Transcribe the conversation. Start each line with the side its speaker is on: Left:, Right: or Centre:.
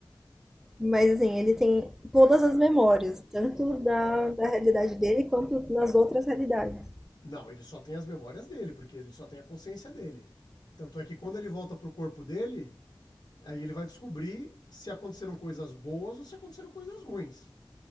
Centre: Mas assim, ele tem todas as memórias, tanto da, da realidade dele quanto nas outras realidades.
Left: Não, ele só tem as memórias dele, porque ele só tem a consciência dele. Tanto é que quando ele volta pro corpo dele, aí ele vai descobrir se aconteceram coisas boas ou se aconteceram coisas ruins.